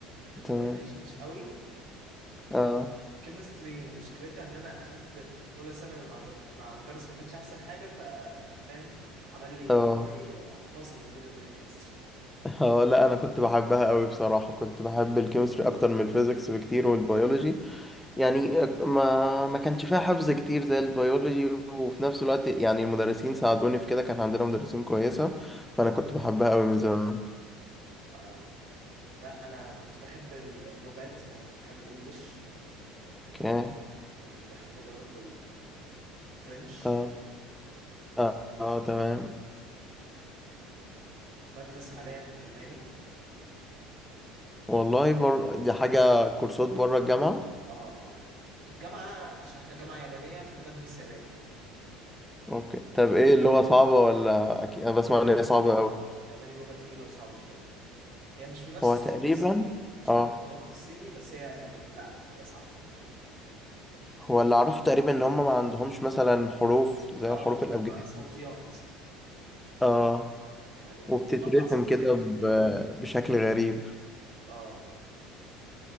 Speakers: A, on the right; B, in the centre.
A: البيولوجي
B: تمام
A: مش قوي
B: اه
A: كيمستري مشكلتها ان انا اخدت في اولى ثانوي مع دك... مع مدرس ما كانش احسن حاجه ف فاهم عمل لي
B: اه
A: زي فاصل ما بيني وبين الكيمستري
B: اه لا انا كنت بحبها قوي بصراحة كنت بحب الكيمستري اكتر من الفيزيكس بكتير والبيولوجي يعني ما ما كانش فيها حفظ كتير زي البيولوجي وفي نفس الوقت يعني المدرسين ساعدوني في كده كان عندنا مدرسين كويسة فأنا كنت بحبها قوي من زمان
A: اه لا انا كنت بحب اللغات انا كنت بحب الانجليش
B: اوكي
A: كنت بحب برضو الفرنش
B: اه اه, آه تمام
A: وبدرس حاليا ألماني
B: والله بر... دي حاجة كورسات بره الجامعة
A: اه اه في الجامعة عشان احنا جامعة يابانية فأنا بدرس ياباني كمان
B: اوكي طب ايه اللغة صعبة ولا اكيد انا بسمع
A: الياباني
B: ان هي صعبة قوي
A: اه الياباني لغة تقيلة وصعبة شوية هي مش من نفس
B: هو
A: صعوبة
B: تقريبا
A: الصيني مش
B: اه
A: نفس صعوبة الصيني بس هي يعني لا هي صعبة
B: هو اللي اعرفه تقريبا ان هم ما عندهمش مثلا حروف زي
A: اه
B: الحروف الابجدية
A: هما صوتيات
B: اه
A: يعني
B: وبتترسم
A: مقاطع صوتية
B: كده ب... بشكل غريب
A: اه اه